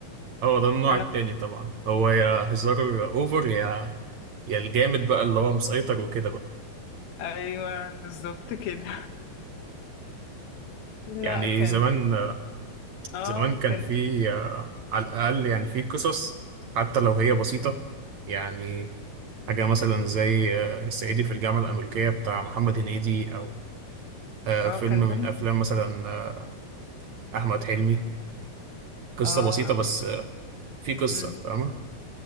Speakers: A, on the right (about 60°); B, on the left (about 75°).
A: اه ده النوع
B: انا
A: التاني طبعا هو يا هزار اوفر يا يا الجامد بقى اللي هو مسيطر وكده
B: ايوه بالظبط كده <laughs> لا
A: يعني
B: كان
A: زمان
B: اه
A: زمان كان
B: كان
A: في آه، على الأقل يعني في قصص حتى لو هي بسيطة يعني حاجة مثلا زي آه، الصعيدي في الجامعة الأمريكية بتاع محمد هنيدي أو آه،
B: اه
A: فيلم
B: كان
A: من
B: دمه
A: أفلام مثلا آه، أحمد حلمي قصة
B: اه
A: بسيطة بس آه، في قصة
B: مهم.
A: فاهمة؟